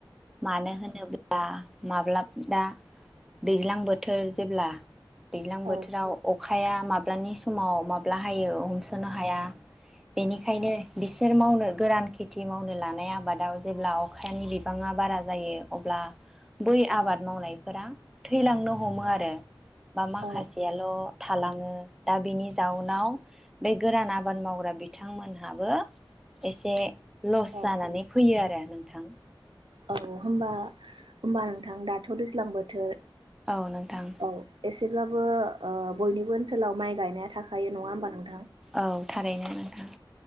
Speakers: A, in the centre; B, on the right (about 80°).
A: मानो होनोब्ला माब्ला दा दैज्लां बोथोर जेब्ला दैज्लां
B: औ
A: बोथोराव खाया माब्लानि समाव माब्ला हायो हमसोनो हाया बेनिखायनो बिसोर मावनो गोरान खेथि मावनो लानाय आबादाव जेब्ला अखानि बिबाङा बारा जायो अब्ला बै आबाद मावनायफोरा थैलांनो हमो आरो बा माखासेयाल'
B: औ
A: लाङो दा बेनि जाउनाव बे गोरान आबाद मावग्रा बिथांमोनहाबो एसे लस
B: औ
A: जानानै फैयो आरो नोंथां
B: औ होमबा होमबा नोंथां दाथ' दैज्लां बोथोर
A: औ नोंथां
B: औ एसेब्लाबो ओ बयनिबो ओनसोलाव माइ गायनाया थाखायो नङा होमबा नों
A: औ थारैनो नोंथां